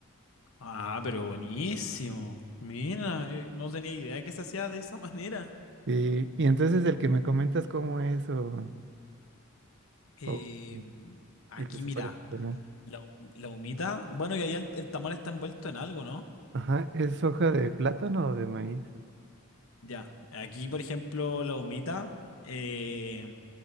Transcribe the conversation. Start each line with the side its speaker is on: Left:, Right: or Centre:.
Left: Ah, pero buenísimo. Mira, eh, no tenía idea que se hacía de esa <laughs> manera.
Right: Y, y entonces el que me comentas cómo es o,
Left: Eh,
Right: o
Left: aquí,
Right: el que se
Left: mira,
Right: parece con él.
Left: la, hu- la humita. Bueno, y ahí el, el tamal está envuelto en algo, ¿no?
Right: Ajá, ¿es hoja de plátano o de maíz?
Left: Ya. Aquí, por ejemplo, la humita, eh,